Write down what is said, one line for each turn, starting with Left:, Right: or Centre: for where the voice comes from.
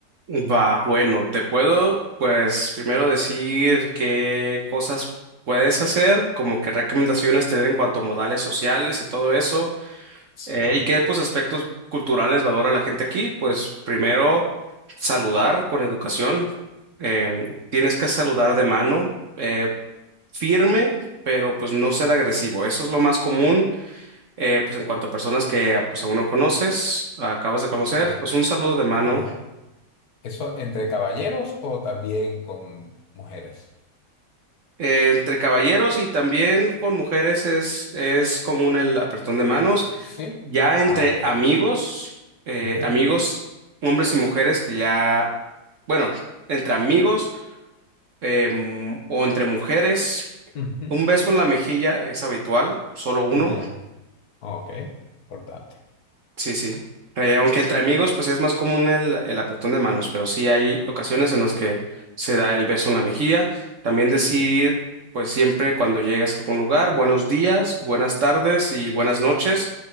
Right: Va, bueno, te puedo, pues, primero decir qué cosas puedes hacer, como qué recomendaciones tener en cuanto a modales sociales y todo eso,
Left: Sí.
Right: eh, y qué, pues, aspectos culturales valora la gente aquí. Pues, primero, saludar con educación. Em, tienes que saludar de mano, eh, firme, pero pues no ser agresivo. Eso es lo más común. Eh, pues en cuanto a personas que ah, pues aún no conoces, acabas de conocer,
Left: Eh,
Right: pues un saludo de mano.
Left: ¿ya? ¿Eso entre caballeros o también con mujeres?
Right: Eh, entre caballeros y también con mujeres es, es común el apretón de manos.
Left: Sí.
Right: Ya
Left: Ah,
Right: entre
Left: ok.
Right: amigos, eh,
Left: Ujú,
Right: amigos, hombres y mujeres que ya, bueno, entre amigos eh, mm, o entre mujeres,
Left: ujú.
Right: un beso en la mejilla es habitual, solo uno.
Left: Ya. Ok. Importante.
Right: Sí, sí. Eh, aunque entre amigos, pues es más común el, el apretón de manos, pero sí hay ocasiones en las que se da el beso en la mejilla. También decir,
Left: Ya.
Right: pues siempre cuando llegas a algún lugar, buenos días, buenas tardes y buenas noches,